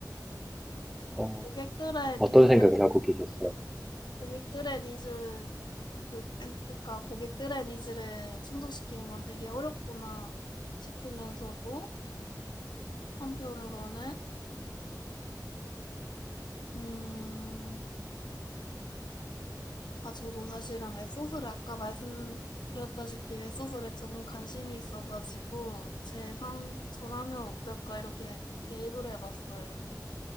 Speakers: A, in the centre; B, on the left.
A: 어,
B: 고객들의
A: 어떤
B: 니즈를,
A: 생각을 하고 계셨어요?
B: 고객들의 니즈를 요, 아니, 그러니까 고객들의 니즈를 충족시키는 건 되게 어렵구나 싶으면서도 한편으로는 음, 아 저도 사실은 웹소설을 아까 말씀드렸다시피 웹소설에 조금 관심이 있어가지고 제 상, 저라면 어떨까 이렇게 대입을 해봤어요.